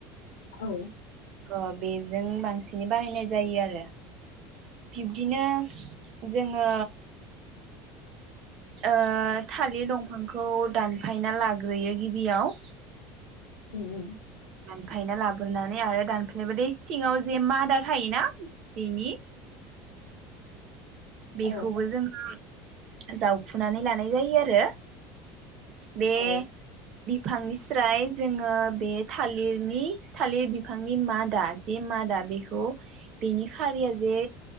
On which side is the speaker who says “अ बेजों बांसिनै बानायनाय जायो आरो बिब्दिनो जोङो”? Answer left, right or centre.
Right